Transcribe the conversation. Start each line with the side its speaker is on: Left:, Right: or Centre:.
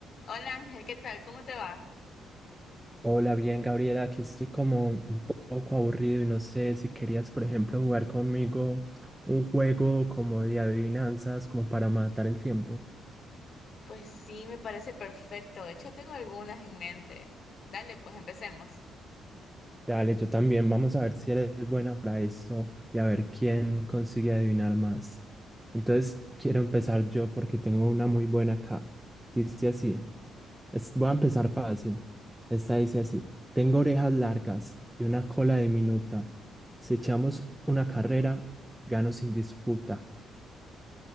Left: Hola Ángel, ¿qué tal? ¿Cómo te va?
Centre: Hola, bien, Gabriela, aquí estoy como un po- poco aburrido y no sé si querías, por ejemplo, jugar conmigo un juego como de adivinanzas, como para matar el tiempo.
Left: Pues sí, me parece perfecto. De hecho, tengo algunas en mente. Dale, pues empecemos.
Centre: Dale, yo también, vamos a ver si eres buena para esto y a ver quién consigue adivinar más. Entonces, quiero empezar yo porque tengo una muy buena acá. Dice así, es- voy a empezar fácil. Esta dice así, tengo orejas largas y una cola diminuta. Si echamos una carrera, gano sin disputa.